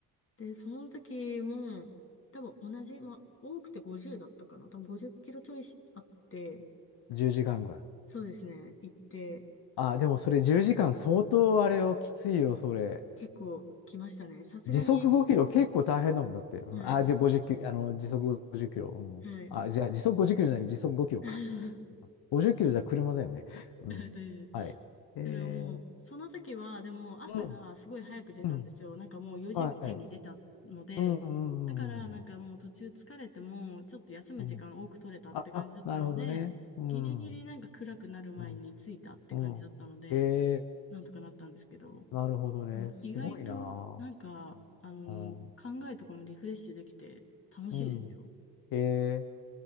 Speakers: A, on the left; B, on the left.
A: で、その時も多分同じ、まあ多くて50だったかな。多分50キロちょいあって、
B: え、10時間ぐらい。
A: そうですね、行って
B: あ、でもそれ10時間相当あれよ、きついよ、それ。
A: 結構来ましたね。さすがに、
B: 時速5キロ結構大変だもんだって。うん、
A: はい。
B: あ、じゃあ50キロ、あの、時速50キロ。うん。
A: はい
B: あ、じゃあ時速50キロじゃない、時速5キロか。
A: <laughs>
B: 50キロじゃ車だよね。うん。
A: で、だ
B: はい。えー、
A: からもう、その時は、でも朝がすごい早く出たんですよ。
B: うん、うん。
A: なんかもう4時ぐらいに出たので、
B: はい。うん、うん、
A: だからなんかもう途中疲れても、
B: うん。
A: ちょっと休む時間多く取れたって感じだったので、
B: うんあ、あなるほどね。うん。
A: ギリギリなんか暗くなる前に着いたって感じだったので、
B: うん。うんえ
A: なんとかなったんですけど、
B: ー、なるほどね。
A: でも意外となんか、
B: すごいなあ
A: あの、
B: うん。
A: 考えとかもリフレッシュできて楽しいですよ。
B: うん。えー、